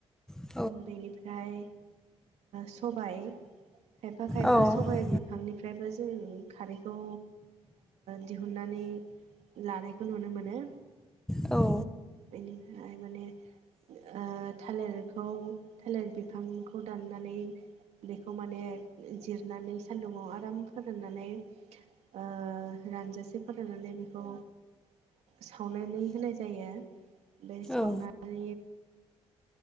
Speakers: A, in the centre; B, on the right.
A: ओ
B: बेनिफ्राय सबाय खायफा खायफा
A: औ
B: सबाय बि बिफांनिफ्रायबो जों खारैखौ दिहुननानै लानायखौ नुनो मोनो
A: औ
B: बेनिफ्राय माने ओ थालेरखौ थालेर बिफांखौ दाननानै बेखौ माने जिरनानै सान्दुङाव आराम फोराननानै ओ रानजासे फोराननानै बेखौ सावनानै होनाय जायो बे सावनानै
A: औ